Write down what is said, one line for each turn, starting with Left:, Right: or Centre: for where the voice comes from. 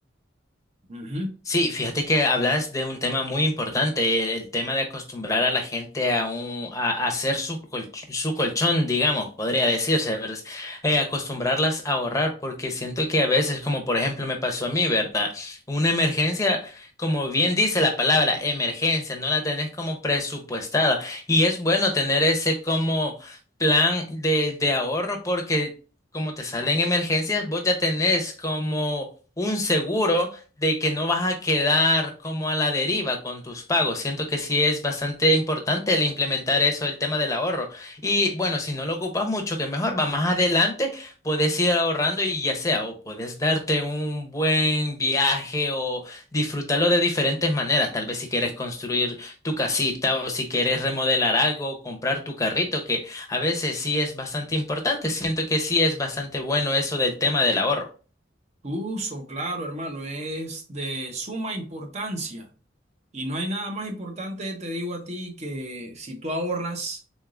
Right: Ujú.
Left: Sí, fíjate que hablas de un tema muy importante, el tema de acostumbrar a la gente a, un, a, a hacer su, colch- su colchón, digamos, podría decirse, ¿verdad? Eh, acostumbrarlas a ahorrar, porque siento que a veces, como por ejemplo me pasó a mí, ¿verdad? Una emergencia, como bien dice la palabra emergencia, no la tenés como presupuestada. Y es bueno tener ese como plan de, de ahorro porque como te salen emergencias, vos ya tenés como... un seguro de que no vas a quedar como a la deriva con tus pagos. Siento que sí es bastante importante el implementar eso, el tema del ahorro. Y bueno, si no lo ocupas mucho, que mejor, va más adelante, puedes ir ahorrando y ya sea, o puedes darte un buen viaje o disfrutarlo de diferentes maneras. Tal vez si quieres construir tu casita o si quieres remodelar algo, comprar tu carrito, que a veces sí es bastante importante. Siento que sí es bastante bueno eso del tema del ahorro.
Right: Uso, claro, hermano, es de suma importancia. Y no hay nada más importante, te digo a ti, que si tú ahorras,